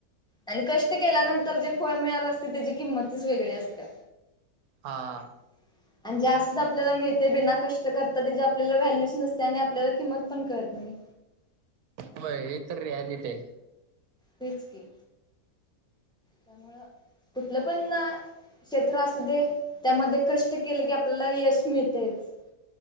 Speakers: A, in the centre; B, on the right.
A: आणि कष्ट केल्यानंतर जे फळ मिळालं असतं त्याची किंमतच वेगळी असत्या.
B: हा!
A: <inaudible> आणि जे असचं आपल्याला मिळतंय बिना कष्ट करता, तेची आपल्याला व्हॅल्यूच नसते आणि आपल्याला किंमत पण कळत नाही.
B: व्हय ही तर रियालीटी आहे.
A: तेच की! त्यामुळं कुठलं पण ना! क्षेत्र असूदे त्यामध्ये कष्ट केलं की आपल्याला यश मिळतंयचं.